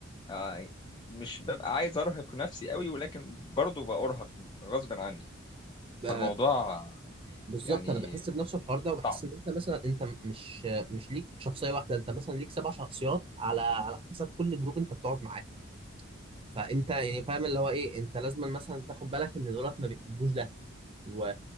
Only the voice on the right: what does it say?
ب-
بالظبط
انا بحس بنفس الحوار ده وبحس
ان انت مثلا انت مش مش ليك شخصيه واحده انت مثلا ليك سبع شخصيات على على حسب كل جروب انت بتقعد معاه فانت يعني فاهم اللي هو ايه انت لازم مثلا تاخد بالك ان دولت ما بيحبوش ده و...